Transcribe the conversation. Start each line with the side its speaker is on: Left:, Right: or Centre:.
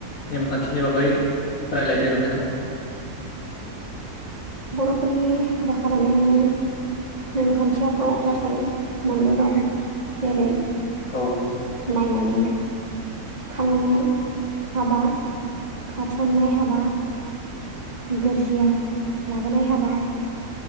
Left: नेमखान्थिनि बागै रायलायदो नोंथां
Right: बर'फोरनि हाबा खालामनायनि नेमखान्थियाथ' गासै मोनद दं जेरै
Left: औ
Right: नायनानै खालामनाय हाबा खारसननाय हाबा गोरजिया लाबोनाय हाबा